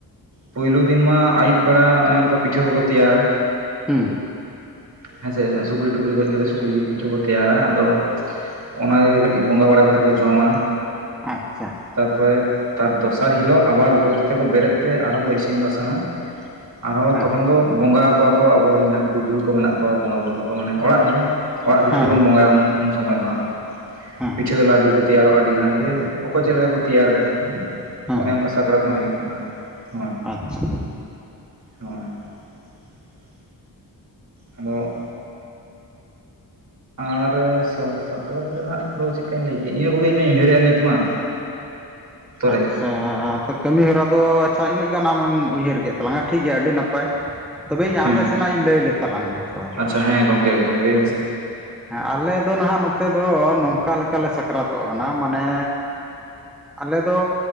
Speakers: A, on the right; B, in the centre.
A: ᱯᱳᱭᱞᱩ ᱫᱤᱱ ᱢᱟ ᱟᱹᱭᱩᱵ ᱵᱮᱲᱟ ᱚᱱᱮ ᱚᱱᱠᱟ ᱯᱤᱴᱷᱟᱹ ᱠᱚᱠᱚ ᱛᱮᱭᱟᱨᱟ
B: ᱦᱮᱸ
A: ᱦᱮᱸᱥᱮ ᱥᱩᱠᱨᱤ ᱴᱩᱠᱨᱤ ᱜᱚᱡ ᱠᱟᱛᱮ ᱥᱩᱠᱨᱤ ᱡᱤᱞ ᱯᱤᱴᱷᱟᱹ ᱠᱚ ᱛᱮᱭᱟᱨᱟ ᱟᱫᱚ ᱚᱱᱟᱜᱮ ᱠᱟᱹᱴᱤᱡ ᱵᱚᱸᱜᱟ ᱵᱟᱲᱟᱛᱮᱫ ᱠᱚ ᱡᱚᱢᱟ
B: ᱟᱪᱪᱷᱟ
A: ᱛᱟᱯᱚᱨᱮ ᱛᱟᱨ ᱫᱚᱥᱟᱨ ᱦᱤᱞᱳᱜ ᱟᱵᱟᱨ ᱵᱷᱳᱨ ᱛᱮᱠᱚ ᱵᱮᱨᱮᱫ ᱛᱮ ᱟᱨᱦᱚᱸ ᱠᱚ ᱤᱥᱤᱱ ᱵᱟᱥᱟᱝᱼᱟ ᱟᱨᱦᱚᱸ
B: ᱦᱮᱸ
A: ᱛᱚᱠᱷᱚᱱ ᱫᱚ ᱵᱚᱸᱜᱟ ᱠᱚᱣᱟ ᱠᱚ ᱟᱵᱚᱨᱮᱱ ᱡᱟᱦᱟᱸ ᱯᱩᱨᱩᱫᱷᱩᱞ ᱠᱚ ᱢᱮᱱᱟᱜ ᱠᱚᱣᱟ ᱵᱚᱸᱜᱟ ᱵᱩᱨᱩ ᱠᱚ ᱢᱟᱱᱮ ᱚᱲᱟᱜ ᱨᱮᱱ ᱚᱲᱟᱜ ᱵᱷᱤᱛᱤᱨ
B: ᱦᱮᱸ
A: ᱨᱮᱵᱚᱱ
B: ᱦᱮᱸ
A: ᱵᱚᱸᱜᱟᱭᱟ ᱩᱱ ᱥᱚᱢᱚᱭ ᱫᱚ ᱦᱟᱸᱜ
B: ᱦᱮᱸ
A: ᱯᱤᱴᱷᱟᱹ ᱞᱟᱹᱰᱩ ᱠᱚ ᱛᱮᱭᱟᱨᱚᱜᱼᱟ ᱟᱹᱰᱤ ᱜᱟᱱ ᱜᱮ ᱚᱠᱚᱭ ᱪᱮᱫ ᱞᱮᱠᱟ ᱠᱚ ᱛᱮᱭᱟᱨᱮᱫᱟ
B: ᱦᱮᱸ
A: ᱚᱱᱮ
B: ᱦᱮᱸ
A: ᱚᱱᱠᱟ ᱥᱟᱠᱨᱟᱛ ᱢᱟ ᱦᱩᱭᱩᱜ ᱠᱟᱱᱟ ᱦᱟᱸᱜ ᱦᱳᱭ
B: ᱟᱪᱪᱷᱟ
A: ᱦᱳᱭ <inaudible> ᱟᱫᱚ ᱟᱨ ᱥᱟᱠᱨᱟᱛ ᱨᱮᱱᱟᱜ ᱫᱚ ᱪᱮᱫᱠᱟᱧ ᱞᱟᱹᱭ ᱠᱮᱭᱟ ᱤᱱᱟᱹ ᱠᱚᱜᱮ ᱤᱧ ᱢᱟᱧ ᱩᱭᱦᱟᱹᱨᱮᱜᱼᱟ ᱱᱤᱛ ᱢᱟ <inaudible>
B: ᱟᱪᱪᱷᱟ
A: ᱨᱮ
B: ᱠᱟᱹᱢᱤ ᱦᱚᱨᱟ ᱫᱚ ᱟᱪᱪᱷᱟ ᱤᱱᱟᱹᱜ ᱜᱮ ᱜᱟᱱ ᱟᱢᱮᱢ ᱩᱭᱦᱟᱹᱨ ᱠᱮᱫ ᱛᱟᱞᱟᱝᱟ ᱴᱷᱤᱠ ᱜᱮᱭᱟ ᱟᱹᱰᱤ ᱱᱟᱯᱟᱭ ᱛᱚᱵᱮ ᱤᱧ
A: ᱦᱮᱸ
B: ᱟᱞᱮ ᱥᱮᱱᱟᱜ ᱤᱧ ᱞᱟᱹᱭ ᱞᱮ ᱛᱟᱞᱟᱝ ᱜᱮ ᱛᱚᱵᱮ
A: ᱟᱪᱪᱷᱟ ᱦᱮᱸ ᱜᱚᱝᱠᱮ ᱮᱠᱫᱚᱢ ᱞᱟᱹᱭ ᱢᱮᱥᱮ
B: ᱟᱞᱮ ᱫᱚ ᱱᱟᱦᱟᱜ ᱱᱚᱛᱮ ᱫᱚ ᱱᱚᱝᱠᱟ ᱞᱮᱠᱟᱞᱮ ᱥᱟᱠᱨᱟᱛᱚᱜ ᱠᱟᱱᱟ ᱢᱟᱱᱮ ᱟᱞᱮ ᱫᱚ